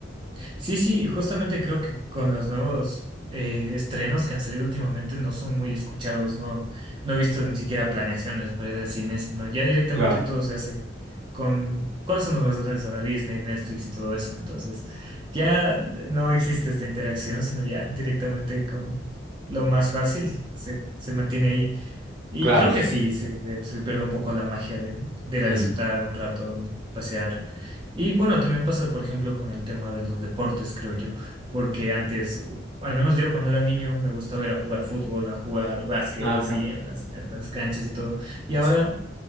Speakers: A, on the right; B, on the right.
A: Sí, sí, justamente creo que con los nuevos eh, estrenos que han salido últimamente no son muy escuchados, no, no he visto ni siquiera planeaciones para ir al cine, sino ya directamente
B: Claro,
A: todo se hace con, ¿cuáles son los más grandes ahora? Disney, Netflix y todo eso, entonces ya no existe esta interacción, sino ya directamente con lo más fácil se, se mantiene ahí. Y
B: claro,
A: creo
B: sí,
A: que sí,
B: sí.
A: se le, se le pierde un poco la magia de, de ir a
B: Mm.
A: disfrutar un rato, de pasear. Y bueno, también pasa, por ejemplo, con el tema de los deportes, creo yo, porque antes, u- al menos yo cuando era niño, me gustaba ir a jugar fútbol, a jugar básquet,
B: Ah,
A: así
B: mira.
A: en las, en las canchas y todo. Y ahora
B: Sí.